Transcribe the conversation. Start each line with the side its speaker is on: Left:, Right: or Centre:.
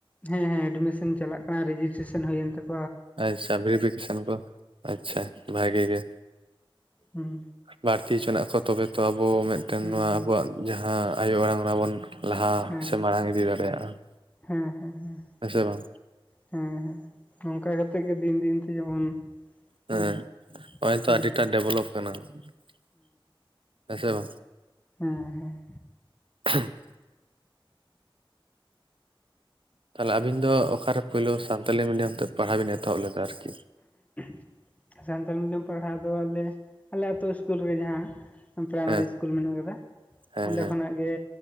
Left: ᱦᱮᱸ ᱦᱮᱸ ᱮᱰᱢᱤᱥᱮᱱ ᱪᱟᱞᱟᱜ ᱠᱟᱱᱟ ᱨᱮᱡᱤᱥᱴᱨᱮᱥᱮᱱ ᱦᱩᱭᱮᱱ ᱛᱟᱠ
Right: ᱟᱪᱪᱷᱟ ᱵᱷᱮᱨᱤᱯᱷᱤᱠᱮᱥᱮᱱ ᱠᱚ, ᱟᱪᱪᱷᱟ ᱵᱷᱟᱜᱮ ᱜᱮ᱾
Left: ᱦᱩᱸ
Right: ᱵᱟᱹᱲᱛᱤ ᱦᱚᱪᱚᱱᱟᱜ ᱠᱚ ᱛᱚᱵᱮ ᱛᱚ ᱟᱵᱚ ᱢᱤᱫᱴᱟᱝ
Left: ᱦᱩᱸ
Right: ᱱᱚᱣᱟ
Left: ᱦᱩᱸ
Right: ᱟᱵᱚᱣᱟᱜ ᱡᱟᱦᱟᱸ ᱟᱭᱳ ᱟᱲᱟᱝ ᱚᱱᱟ ᱵᱚᱱ ᱞᱟᱦᱟ
Left: ᱦᱮᱸ
Right: ᱥᱮ ᱢᱟᱲᱟᱝ ᱤᱫᱤ ᱫᱟᱲᱮᱭᱟᱜᱼᱟ ᱾
Left: ᱦᱮᱸ ᱦᱮᱸ ᱦᱮᱸ᱾
Right: ᱦᱮᱸ ᱥᱮ ᱵᱟᱝ?
Left: ᱦᱮᱸ ᱦᱮᱸ ᱚᱱᱠᱟ ᱠᱟᱛᱮ ᱜᱮ ᱫᱤᱱ ᱫᱤᱱ ᱛᱮ ᱡᱮᱢᱚᱱ
Right: ᱦᱮᱸ
Left: ᱦᱩᱸ
Right: ᱱᱚᱜᱼᱚᱭ ᱛᱚ
Left: ᱦᱩᱸ
Right: ᱟᱹᱰᱤ ᱴᱟ ᱰᱮᱵᱷᱮᱞᱚᱯ ᱠᱟᱱᱟ ᱾ ᱦᱮᱸ ᱥᱮ ᱵᱟᱝ?
Left: ᱦᱮᱸ ᱦᱮᱸ᱾
Right: <inaudible> ᱛᱟᱦᱚᱞᱮ ᱟᱵᱤᱱ ᱫᱚ ᱚᱠᱟ ᱨᱮ ᱯᱳᱭᱞᱳ ᱥᱟᱱᱛᱟᱞᱤ ᱢᱤᱰᱤᱭᱟᱢ ᱛᱮ ᱯᱟᱲᱦᱟᱣ ᱵᱮᱱ ᱮᱛᱚᱦᱚᱵ ᱞᱮᱫᱟ ᱟᱨᱠᱤ?
Left: <inaudible> ᱥᱟᱱᱛᱟᱞᱤ ᱢᱤᱰᱤᱭᱟᱢ ᱯᱟᱲᱦᱟᱣ ᱫᱚ ᱟᱞᱮ ᱟᱞᱮ ᱟᱛᱳ ᱤᱥᱠᱩᱞ ᱨᱮᱜᱮ ᱡᱟᱦᱟᱸ ᱯᱨᱟᱭᱢᱟᱨᱤ
Right: ᱦᱮᱸ
Left: ᱤᱥᱠᱩᱞ ᱢᱮᱱᱟᱜ ᱟᱠᱟᱫᱟ
Right: ᱦᱮᱸ
Left: ᱚᱸᱰᱮ
Right: ᱦᱮᱸ
Left: ᱠᱷᱚᱱᱟᱜ ᱜᱮ,